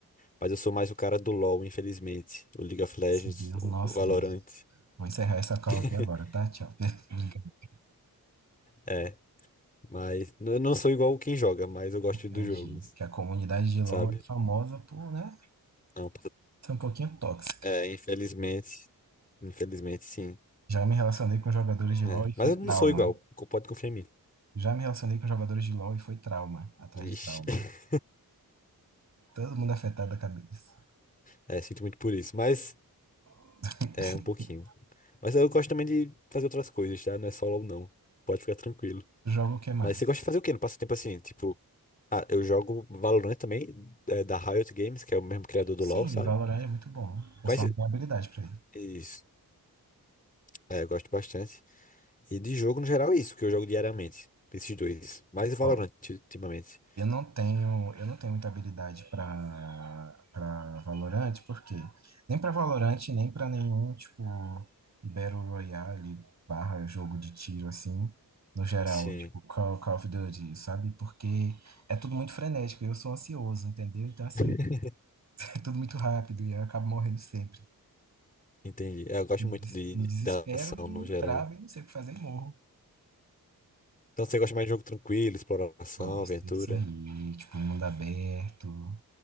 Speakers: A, on the left; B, on the right.
A: Mas eu sou mais o cara do LoL, infelizmente. O League of Legends,
B: Nosso Deus,
A: o
B: nosso
A: o Valorant.
B: Deus. Vou encerrar essa call
A: <laughs>
B: aqui agora, tá? Tchau. <laughs> Obrigado.
A: É, mas eu não sou igual quem joga, mas eu gosto
B: Entendi.
A: do jogo,
B: Que é a comunidade de LoL
A: sabe?
B: é famosa por, né?
A: Não,
B: foi um pouquinho tóxica.
A: É, infelizmente. Infelizmente, sim.
B: Já me relacionei com jogadores de
A: É,
B: LoL e foi
A: Mas eu não
B: trauma.
A: sou igual. co- Pode confiar em mim.
B: Já me relacionei com jogadores de LoL e foi trauma, atrás
A: Vixe.
B: de trauma.
A: <laughs>
B: Todo mundo afetado da cabeça.
A: É, sinto muito por isso. Mas
B: <laughs>
A: é um pouquinho. Mas eu gosto também de fazer outras coisas, tá? Não é só LOL, não. Pode ficar tranquilo.
B: Jogo o que mais?
A: Mas você gosta de fazer o quê no passatempo assim? Tipo, ah, eu jogo Valorant também, é, da Riot Games, que é o mesmo criador do
B: Sim,
A: LoL, sabe?
B: Valorant é muito bom. Eu
A: Quais.
B: só não tenho habilidade pra ele.
A: Isso. É, eu gosto bastante. E de jogo, no geral, é isso, que eu jogo diariamente. Esses dois. Mais Valorant
B: Ó,
A: ultimamente.
B: Eu não tenho, eu não tenho muita habilidade para para Valorant, porque nem para Valorant, nem para nenhum tipo Battle Royale barra jogo de tiro assim, no geral,
A: Sim.
B: tipo Call, Call of Duty, sabe? Porque é tudo muito frenético, eu sou ansioso, entendeu? Então assim,
A: <laughs>
B: <laughs> é tudo muito rápido e eu acabo morrendo sempre.
A: Entendi. É, eu gosto
B: Me
A: muito
B: des-
A: de,
B: me desespero
A: da ação
B: e
A: no geral.
B: travo e não sei o que fazer e morro.
A: Então você gosta mais de jogo tranquilo, exploração,
B: Gosto
A: aventura?
B: é isso aí, tipo, mundo aberto,